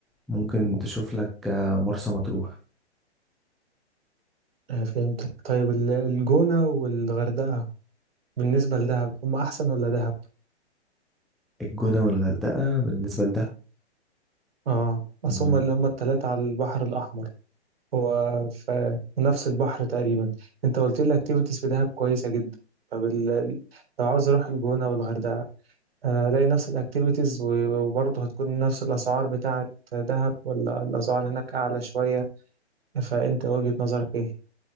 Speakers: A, in the centre; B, on the right.
A: ممكن تشوف لك آه، مرسى مطروح
B: آه، فهمتك طيب ال- الجونة والغردقة بالنسبة لدهب هم احسن ولا دهب
A: الجونه والغردقه بالنسبه
B: اه اصل
A: لدهب
B: هم اللي هم التلاتة على البحر الاحمر هو في نفس البحر تقريبا انت قلت لي الاكتيفيتيز في دهب كويسه جدا طب ال... لو عاوز اروح الجونه او الغردقه الاقي نفس الاكتيفيتيز و- وبرضه هتكون نفس الاسعار بتاعه دهب ولا الاسعار هناك اعلى شويه فانت وجهه نظرك ايه